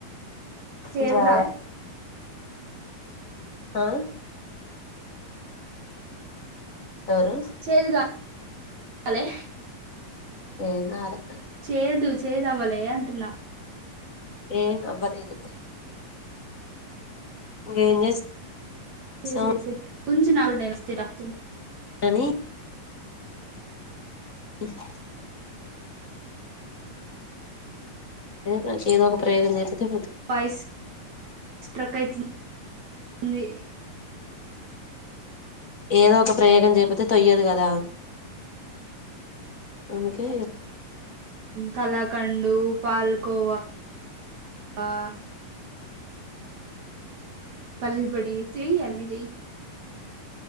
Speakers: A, on the right; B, on the left.
A: చేదు
B: ఇంకా
A: రాలే
B: ఆ ఎవరు
A: చేదుగాలే
B: ఏం కాలే
A: చేదు చేదవ్వలే అంటున్నా
B: ఏ అవ్వలేదు ఇంగే చేస్ సో
A: చేసేసి కొంచెం నాక్కూడా నేను వస్తా తింటా
B: అయ్యారని <inaudible> నాకు ఏదో ఒక ప్రయోగం చేయపోతే
A: వాయిస్ స్ట్రక్ అయితుంది
B: ఏదో ఒక ప్రయోగం చేయపోతే తొయ్యదు కదా ఆమెకే
A: కలకండు, పాలకోవా ఆ పల్లి పట్టి చెయ్యి అన్ని చెయ్యి